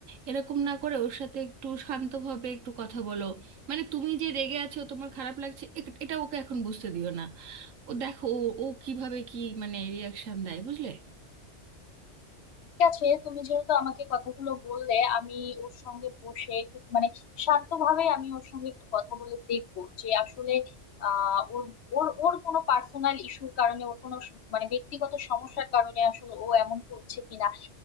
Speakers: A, on the right (about 85°); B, on the left (about 60°).
A: এরকম না করে ওর সাথে একটু শান্তভাবে একটু কথা বলো মানে তুমি যে রেগে আছো তোমার খারাপ লাগছে এক- এটা ওকে এখন বুঝতে দিও না ও দেখো ও ও কিভাবে কি মানে রিয়াকশন দেয় বুঝলে
B: ঠিক আছে তুমি যেহেতু আমাকে কথাগুলো বললে আমি ওর সঙ্গে বসে খুব মানে শান্তভাবে আমি ওর সঙ্গে একটু কথা বলে দেখবো যে আসলে আহ ওর ওর ওর কোনো পার্সোনাল ইস্যুর কারণে ওর কোনো স- মানে ব্যক্তিগত সমস্যার কারণে আসলে ও এমন করছে কিনা